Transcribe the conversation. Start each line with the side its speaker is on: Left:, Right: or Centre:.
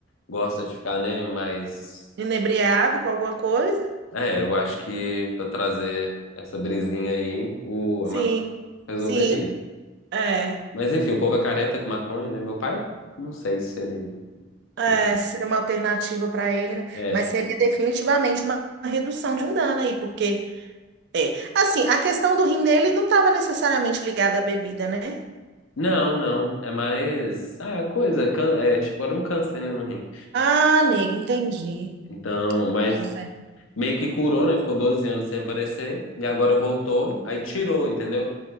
Left: gosta de ficar, né? Mas.
Right: Inebriado com alguma coisa?
Left: É, eu acho que pra trazer essa brisinha aí, o,
Right: Sim,
Left: a maconha resolveria.
Right: sim. É.
Left: Mas enfim, o povo é careta com maconha, né? Meu pai, não sei se ele. se
Right: É,
Left: ele-
Right: seria uma alternativa para ele, né?
Left: é.
Right: Mas seria definitivamente uma redução de um dano aí, porque é. Assim, a questão do rim dele não estava necessariamente ligada à bebida, né?
Left: Não, não. É mais. Ah, é coisa. é can- É, tipo, era um câncer, né, no rim.
Right: Ah, nega, entendi.
Left: Então, mas
Right: Bota fé.
Left: meio que curou, né? Ficou 12 anos sem aparecer. E agora voltou. Aí tirou, entendeu?